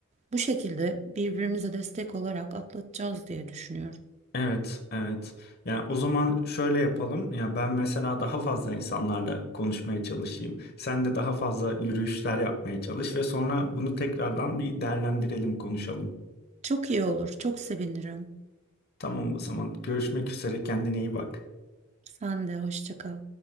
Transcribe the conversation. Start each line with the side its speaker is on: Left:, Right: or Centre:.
Right: Bu şekilde birbirimize destek olarak atlatacağız diye düşünüyorum.
Left: Evet, evet. Yani o zaman şöyle yapalım. Ya ben mesela daha fazla insanlarla konuşmaya çalışayım. Sen de daha fazla yürüyüşler yapmaya çalış ve sonra bunu tekrardan bir değerlendirelim, konuşalım.
Right: Çok iyi olur, çok sevinirim.
Left: Tamam o zaman. Görüşmek üzere. Kendine iyi bak.
Right: Sen de hoşça kal.